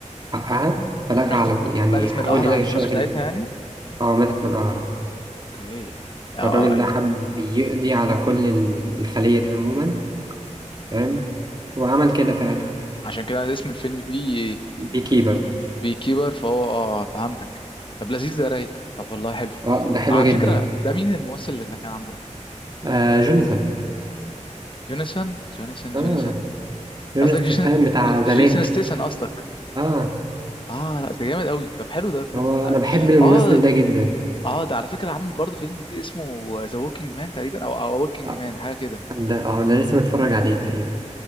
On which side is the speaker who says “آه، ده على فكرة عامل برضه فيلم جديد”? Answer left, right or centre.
Left